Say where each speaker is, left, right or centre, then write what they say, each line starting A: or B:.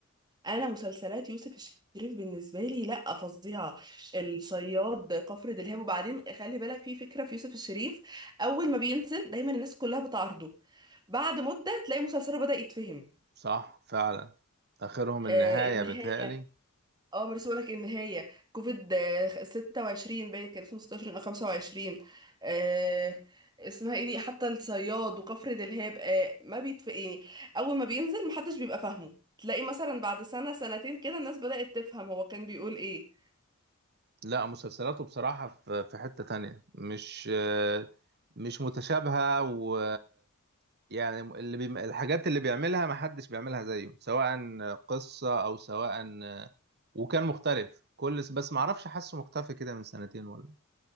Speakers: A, on the right; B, on the right.
A: انا مسلسلات يوسف الشريف بالنسبه لي لا فظيعه الصياد كفر دلهاب وبعدين خلي بالك في فكره في يوسف الشريف اول ما بينزل دايما الناس كلها بتعارضه بعد مده تلاقي مسلسله بدا يتفهم
B: صح فعلا اخرهم
A: آه
B: النهاية
A: النهايه
B: بتهيألي
A: اه بس بقولك ان هي كوفيد آه، ستة وعشرين باين كان اسمه ستاشر او خمسة وعشرين آه اسمها ايه دي حتى الصياد وكفر دلهاب آه ما بيتف يعني اول ما بينزل محدش بيبقى فاهمه تلاقي مثلا بعد سنة سنتين كده الناس بدأت تفهم هو كان بيقول ايه
B: لا مسلسلاته بصراحة في في حتة تانية مش آه، مش متشابهة و يعني اللي بي... الحاجات اللي بيعملها ما حدش بيعملها زيه سواء قصة او سواء وكان مختلف كل بس ما اعرفش حاسه مختفي كده من سنتين ولا